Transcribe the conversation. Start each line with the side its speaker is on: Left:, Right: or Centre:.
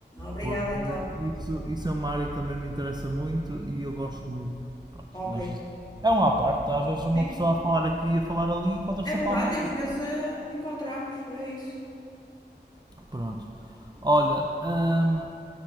Left: Obrigada
Right: Porque
Left: então.
Right: isso, isso é uma área que também me interessa muito e eu gosto muito. Pronto,
Left: Ok.
Right: mas isso é um à parte. Às vezes uma
Left: Sim.
Right: pessoa a falar aqui e a falar ali encontra sempre
Left: É verdade,
Right: alguma coisa.
Left: e às vezes eh, encontramos, é isso.
Right: Pronto.
Left: Não,
Right: Olha, hum,